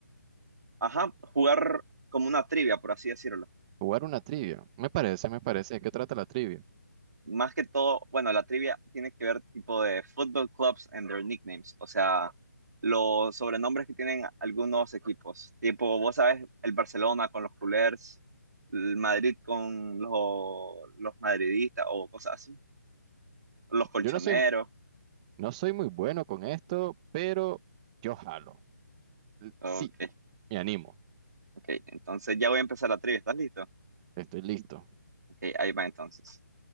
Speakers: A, on the right; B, on the right.
A: ajá, jugar como una trivia, por así decirlo.
B: Jugar una trivia. Me parece, me parece. ¿De qué trata la trivia?
A: más que todo, bueno, la trivia tiene que ver tipo de football clubs and their nicknames, o sea, los sobrenombres que tienen algunos equipos, tipo, vos sabes, el Barcelona con los culers, el Madrid con los, los madridistas o cosas así, los colchoneros,
B: Yo no soy, no soy muy bueno con esto, pero yo jalo. L-
A: ok,
B: Sí, me animo.
A: ok, entonces ya voy a empezar la trivia, ¿estás listo?
B: Estoy listo.
A: Ok, ahí va entonces.